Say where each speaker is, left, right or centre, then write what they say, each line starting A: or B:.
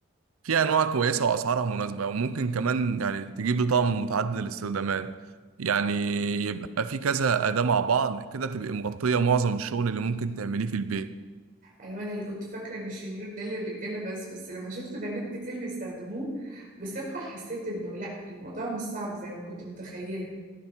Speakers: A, on the right; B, on the right.
A: في انواع كويسه واسعارها مناسبه وممكن كمان يعني تجيب طقم متعدد الاستخدامات يعني يبقى في كذا اداه مع بعض كده تبقى مغطيه معظم الشغل اللي ممكن تعمليه في البيت
B: أنا أنا اللي كنت فاكرة إن الشنيور ده للرجالة بس بس لما شفت بنات كتير بيستخدموه بثقة حسيت إنه لأ الموضوع مش صعب زي ما كنت متخيلة